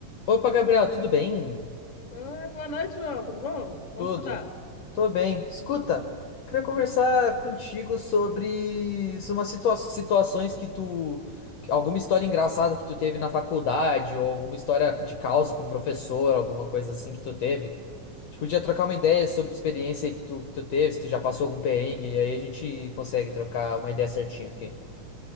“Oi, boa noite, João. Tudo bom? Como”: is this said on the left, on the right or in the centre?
Left